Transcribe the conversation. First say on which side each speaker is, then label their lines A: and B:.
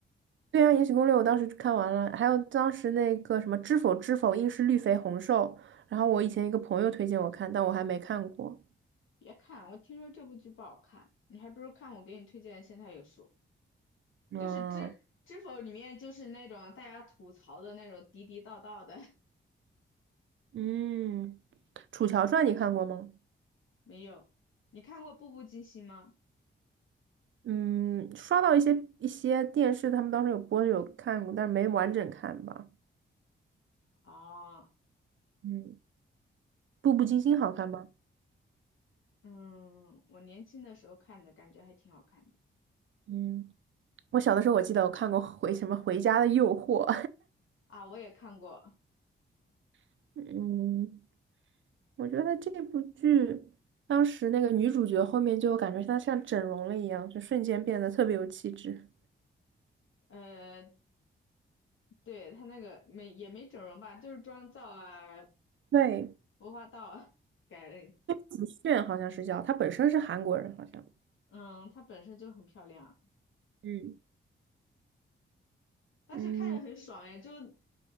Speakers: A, on the right (about 70°); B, on the left (about 80°).
A: 对啊，《延禧攻略》我当时看完了，还有当时那个什么《知否知否，应是绿肥红瘦》，然后我以前一个朋友推荐我看，但我还没看过。
B: 别看，我听说这部剧不好看，你还不如看我给你推荐的《现代有书》，
A: 嗯。
B: 就是知知否里面就是那种大家吐槽的那种地地道道的，
A: 嗯，《楚乔传》你看过吗？
B: <laughs> 没有。你看过《步步惊心》吗？
A: 嗯，刷到一些一些电视，他们当时有播的有看过，但是没完整看吧。
B: 哦，
A: 嗯，《步步惊心》好看吗？
B: 嗯，我年轻的时候看的，感觉还挺好看的
A: 嗯，我小的时候我记得我看过回什么《回家的诱惑》
B: 啊，我也看过。
A: <laughs> 嗯，我觉得这部剧当时那个女主角后面就感觉她像整容了一样，就瞬间变得特别有气质。
B: 呃，对，他那个没也没整容吧，就是妆造啊、
A: 对，
B: 服化道啊改了。
A: 子炫好像是叫，她本身是韩国人，好像。
B: 嗯，她本身就很漂亮啊。
A: 嗯。
B: 但是看着很爽哎，
A: 嗯，
B: 就